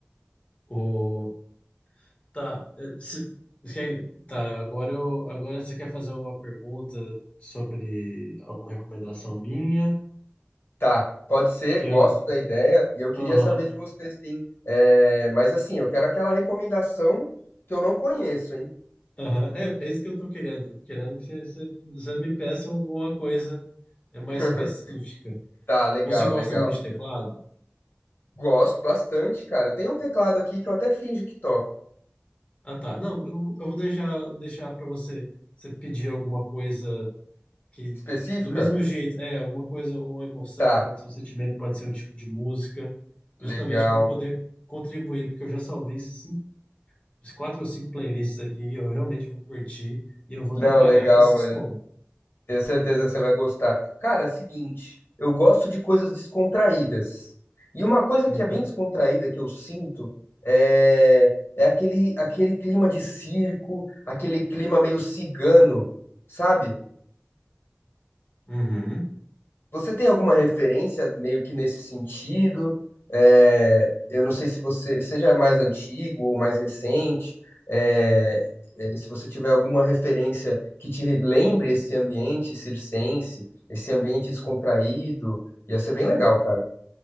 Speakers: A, on the left; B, on the left.
A: O... Tá, é, se... você quer- tá, agora eu agora você quer fazer uma pergunta sobre alguma recomendação minha?
B: Tá, pode ser,
A: Que
B: gosto
A: é...
B: da ideia. E eu queria
A: Aham,
B: saber de vocês, sim. É, mas assim, eu quero aquela recomendação que eu não conheço, hein?
A: aham. É, é isso que eu tô querendo. Querendo que você, você, você me peça alguma coisa é mais
B: <laughs>
A: específica.
B: Tá, legal,
A: Você gosta
B: legal.
A: muito de teclado?
B: Gosto bastante, cara. Eu tenho um teclado aqui que eu até finjo que toco.
A: Ah, tá. Não, eu, eu vou deixar deixar para você você pedir alguma coisa que
B: Específica?
A: do mesmo jeito, é, alguma coisa, uma emoção,
B: Tá,
A: pode ser um sentimento, pode ser um tipo de música,
B: legal.
A: justamente para poder contribuir, porque eu já salvei cinco, quatro ou cinco playlists aqui, e eu realmente vou curtir e eu vou
B: Não,
A: trabalhar
B: legal,
A: com esse
B: mano.
A: som.
B: Tenho certeza que você vai gostar. Cara, é o seguinte, eu gosto de coisas descontraídas. E uma coisa
A: Uhum.
B: que é bem descontraída que eu sinto é, é aquele, aquele clima de circo, aquele clima meio cigano, sabe?
A: Uhum.
B: Você tem alguma referência meio que nesse sentido? É, eu não sei se você seja mais antigo ou mais recente, é, é, se você tiver alguma referência que te lembre esse ambiente circense, esse ambiente descontraído, ia ser bem legal, cara.